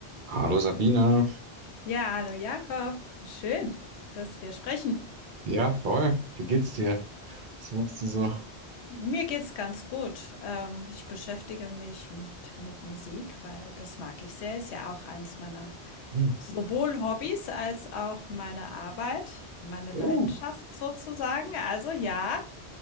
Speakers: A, on the right; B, on the left.
A: Hallo Sabine.
B: Ja, hallo Jakob. Schön, dass wir sprechen.
A: Ja, voll. Wie geht's dir? Was machst du so?
B: Mir geht's ganz gut. Ähm, ich beschäftige mich mu- mit Musik, weil das mag ich sehr. Ist ja auch eins meiner
A: Hm.
B: sowohl Hobbys als auch meine Arbeit, meine Leidenschaft
A: Oh,
B: sozusagen. Also ja.